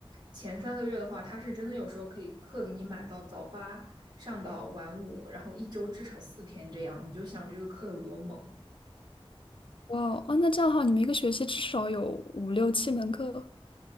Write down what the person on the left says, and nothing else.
哇哦，哦那这样的话，你们一个学期至少有五六七门课。